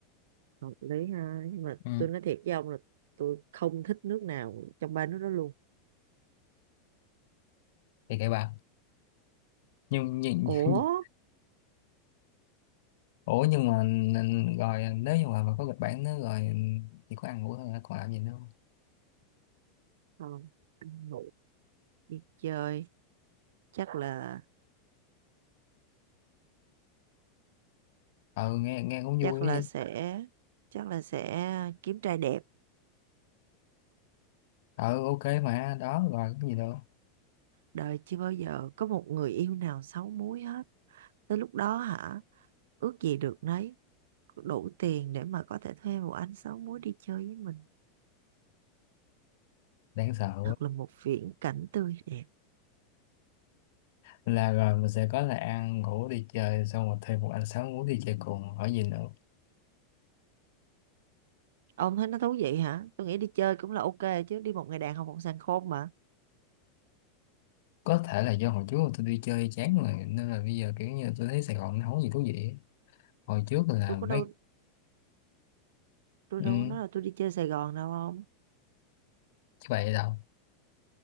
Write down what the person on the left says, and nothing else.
ừ.
thì kệ bà nhưng, nhưng
<laughs> ủa nhưng mà nên- rồi nếu như mà, mà có kịch bản nữa rồi chỉ có ăn ngủ thôi hả? còn làm gì nữa không
ừ nghe nghe cũng
vui
đi
ừ ok mà đó rồi cái gì đâu
đáng sợ
là rồi mình sẽ có là ăn ngủ đi chơi xong rồi thêm một anh sáu muốn đi chơi cùng hỏi gì nữa
có thể là do hồi trước tôi đi chơi chán rồi nên là bây giờ kiểu như tôi thấy Sài Gòn nó không có gì thú vị ấy. hồi trước là
mấy
ừ,
chứ vậy đâu